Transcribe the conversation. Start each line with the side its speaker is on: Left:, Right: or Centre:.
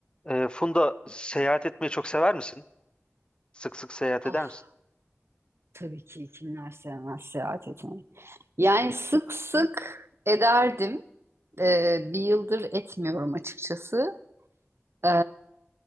Left: Ee, Funda seyahat etmeyi çok sever misin? Sık sık seyahat
Right: Ah
Left: eder misin?
Right: tabii ki kimler sevmez seyahat etmeyi. Yani sık sık ederdim. Ee, bir yıldır etmiyorum açıkçası. Ee,